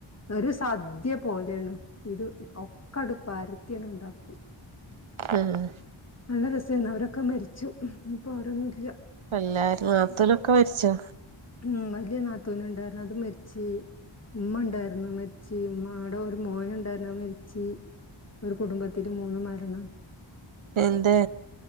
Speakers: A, on the left; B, on the right.
A: ഒരു സദ്യ പോല തെണു ഇത് ഒക്ക അടുപ്പാരത്യണ് ഇ ണ്ടാക്കും
B: ആഹ്
A: നല്ല രസരുന്നു അവരൊക്കെ മരിച്ചു ഇപ്പൊ അവരൊന്നുംല്ല
B: എല്ലാരും നത്തൂലൊക്കെ മരിച്ചോ
A: ഉം വലിയ നാത്തൂന ഉണ്ടായിരുന്നു അത് മരിച്ച് ഉമ്മ ഉണ്ടായിരുന്ന മരിച്ച് ഉമ്ടെ ഒരു മോന ഉണ്ടായിരുന്നു മരിച് ഒരു കുടുംബത്തില് മൂന്നു മരണം
B: എന്തെ?